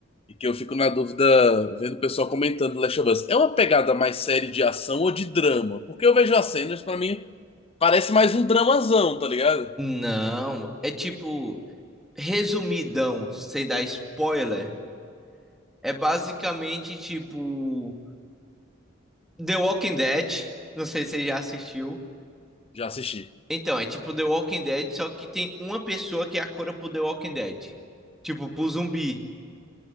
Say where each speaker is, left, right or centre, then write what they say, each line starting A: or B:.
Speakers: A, on the left; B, in the centre.
A: e que eu fico na dúvida vendo o pessoal comentando Last of Us, é uma pegada mais série de ação ou de drama? Porque eu vejo as cenas, pra mim, parece mais um dramazão, tá ligado?
B: Não, é tipo. resumidão, sem dar spoiler, é basicamente tipo The Walking Dead. Não sei se você já assistiu.
A: Já assisti.
B: Então, é tipo The Walking Dead, só que tem uma pessoa que é a cura pro The Walking Dead. Tipo, pro zumbi.